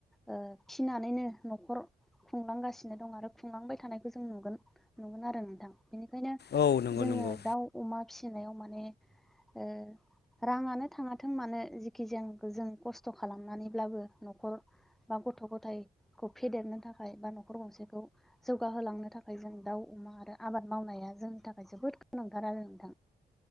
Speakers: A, in the centre; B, on the left.
A: ओ फिनानैनो न'खर खुंलांगासिनो दं आरो खुंलांबाय थानायखो जों नुगोन नुगोन आरो नोंथां। बेनिखायनो
B: औ नंगौ
A: जोङो
B: नंगौ
A: दाउ अमा फिसिनायाव माने ओ राङानो थाङाथों मानो जिखि जों जों खस्थ' खालामनानैब्लाबो न'खर बा गथ' गथायखौ फेदेरनो थाखाय बा न'खर गंसेखौ जौगाहोलांनो थाखाय जों दाउ अमा दा आबाद मावनाया जोंनि थाखाय जोबोद गोनांथार आरो नोंथां।